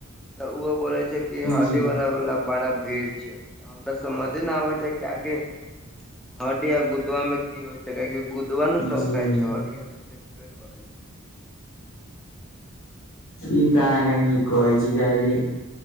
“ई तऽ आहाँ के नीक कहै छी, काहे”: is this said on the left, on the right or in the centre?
Left